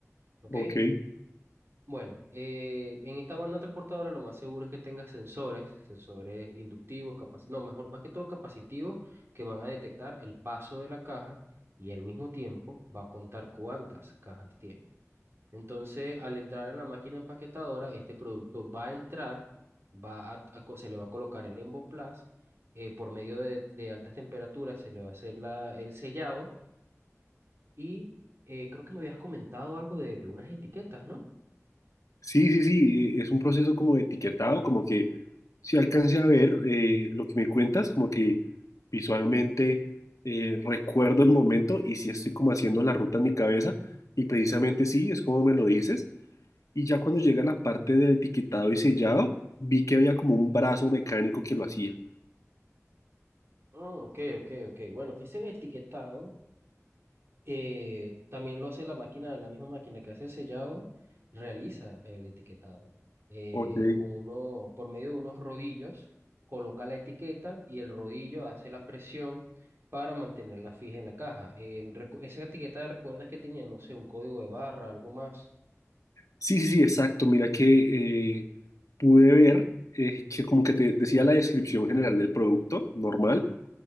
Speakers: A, on the right; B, on the left.
A: ¿ok?
B: Ok.
A: Bueno, eh, en esta banda transportadora lo más seguro es que tenga sensores, sensores inductivos, capac- no, mejor, más que todo capacitivos, que van a detectar el paso de la caja y al mismo tiempo va a contar cuántas cajas tiene. Entonces, al entrar en la máquina empaquetadora, este producto va a entrar, va a, a co- se le va a colocar el emboplaz, eh, por medio de, de altas temperaturas se le va a hacer la, el sellado y eh, creo que me habías comentado algo de de unas etiquetas, ¿no?
B: Sí, sí, sí, eh, es un proceso como de etiquetado, como que si alcancé a ver eh, lo que me cuentas, como que visualmente eh, recuerdo el momento y si estoy como haciendo la ruta en mi cabeza y precisamente sí, es como me lo dices. Y ya cuando llega la parte del etiquetado y sellado, vi que había como un brazo mecánico que lo hacía.
A: Mm, ok, ok, ok. Bueno, ese etiquetado eh, también lo hace la máquina, la misma máquina que hace el sellado, realiza el etiquetado. Eh,
B: Ok.
A: con uno, por medio de unos rodillos, coloca la etiqueta y el rodillo hace la presión para mantenerla fija en la caja. En recu- esa etiqueta, ¿recuerdas que tenía, no sé, un código de barra, algo más?
B: Sí, sí, sí, exacto. Mira que eh, pude ver eh, que como que te decía la descripción general del producto normal